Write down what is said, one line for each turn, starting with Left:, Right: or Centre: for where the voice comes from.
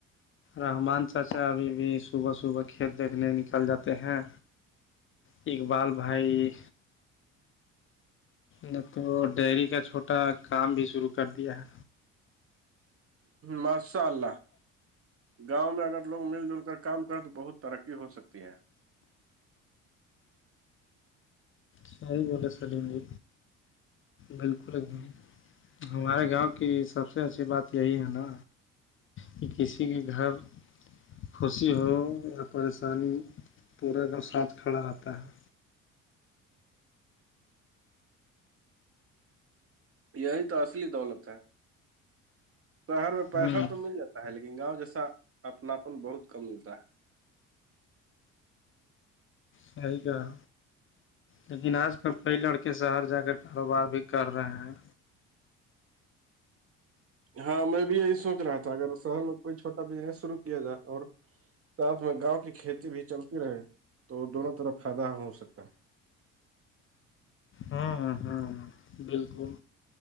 Left: رحمان چاچا ابھی بھی صبح صبح کھیت دیکھنے نکل جاتے ہیں اقبال بھائی نہ تو ڈیری کا چھوٹا کام بھی شروع کر دیا ہے
Right: مشاء اللہ گاؤں میں اگر لوگ مل جل کر کام کریں تو بہت ترقی ہو سکتی ہے
Left: سی بولے سلی جی بالکل ایک ب ہمارے گاؤں کی سب سے اچھی بات یہی ہے نا کہ کسی کے گھر خوشی ہو پریشانی پورا کا سانھ کھڑا رہتا ہے
Right: یہی تو اصلی دولت ہے شہر میں
Left: ہے
Right: پیسہ
Left: ہ
Right: تو مل جاتا ہے لیکن گاؤں جیسا اپناپن بہت کم ملتا ہے
Left: صحی کہا لیکن آج کل کئی لڑکے شہر جا کر کاروبار بھی کر رہے ہیں
Right: ہاں میں بھی یہی سوچ رہا تھا اگر شہر میں کوئی چھوٹا بزنس شرو کیا جائے اور ساتھ میں گاؤں کی کھیتی بھی چلتی رہے تو دونوں طرف فائدہ ہو سکتا ہے
Left: ہ ہ ہ بالکل